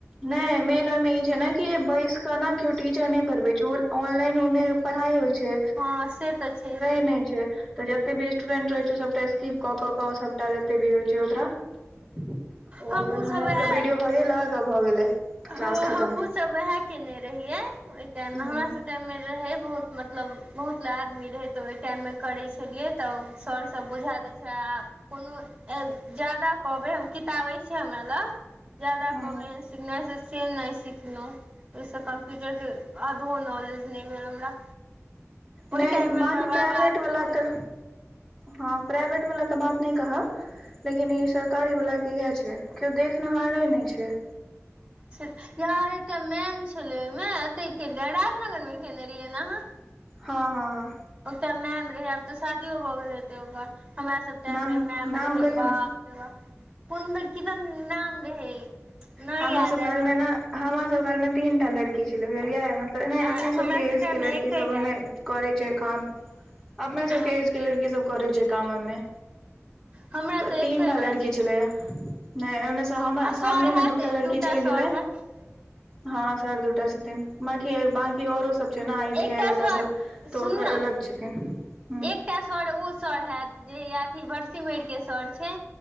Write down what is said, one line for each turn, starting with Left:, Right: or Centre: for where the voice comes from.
Centre: नै मेन ओई में ई छै न, कि बैस क न कियो टिचर नैय पर्हबै छै, ओ ऑनलाइन ओ में परहाइ होइ छै।
Right: हँ से तऽ छैइहे।
Centre: नैय छै, तऽ जत्ते भी स्टूडेंट रहै छै सबटा स्किप कऽ कऽ कऽ सबटा जत्ते भी होइ छै ओकरा ओ
Right: हमहूँ
Centre: अपन
Right: सब
Centre: ह‌ंई ह‌ंई
Right: वएह
Centre: क बिडियो भगेलक आ भऽ गेलै।
Right: हँ
Centre: क्लास खतम
Right: हमहुँ सब वैहैऽ केने रहियै ओई टाइम में,
Centre: हूँ
Right: हमरा सब टाइम में रहै बहुत मतलब मतलब बहुत आदमी रहै तऽ, ओई टाइम में करै छलियै तऽ सऽर सब बुझा दै छला आ कोनो अ-जादा कहबै, हम किताब अईछे हमरा लऽग, जादा
Centre: हूँ
Right: कहबै N C S S cell नैय सिखलौं, ओई स कम्पुइटर के आधो नॉलेज नैय भेल हमरा। ओहि
Centre: नैय
Right: टाइम मे
Centre: बांकी
Right: हमर
Centre: प्राइवेट
Right: बाबा अथी
Centre: वला
Right: भऽ
Centre: तऽ
Right: गेलखिन
Centre: हँ प्राइवेट वला तऽ बात नैय कहब, लेकिन ई सरकारी वला के यैह छै। केओ देख नहारे नैय छै।
Right: सीट यार एकटा मैन छलै ओइ में, एतै के दार रानगर में केने रइयै ने अहाँ?
Centre: हँ-हँ-हँ।
Right: एकटा मैम रहै आब तऽ शादियो भऽ गेल हेतै ओकर, हमरा सब टाइम
Centre: नाम
Right: में मैम
Centre: नाम
Right: रहै,
Centre: कहियौ
Right: बाप
Centre: ने
Right: अरे बाह, कोन दैन किदैन नाम रहै। नहि
Centre: हमर
Right: याद
Centre: सब काल
Right: आबि रहल
Centre: में न हमर सब काल में तीन टा लड़की छलै, बुझलियै? त एनै
Right: अइ
Centre: अपने सबके
Right: हमरा सब
Centre: एज
Right: टाइम
Centre: के लड़की
Right: मे एकेटा
Centre: सब ओमे करै छै काम अपने
Right: हूँ
Centre: सब के एज के लड़की सब करै छै काम ओयमे।
Right: हमरा
Centre: त
Right: तऽ
Centre: तीनटा
Right: एकेटा
Centre: लड़की छलैया नहि ओहिमे स हमा
Right: आ
Centre: सामने
Right: सर
Centre: मे
Right: हैत
Centre: दू टा लड़की
Right: दूटा
Centre: चल गेलै
Right: सर हैत
Centre: हं सर दू टा छथिन बांकी बांकी औरो सब जेना आई टी
Right: एकटा
Centre: आई वला
Right: सर
Centre: सब तऽ
Right: सुन
Centre: ओकर
Right: न
Centre: अलग छथिन। हूँ
Right: एकटा सर ओ सर हैत जे अथि भटसिमरि के सर छै।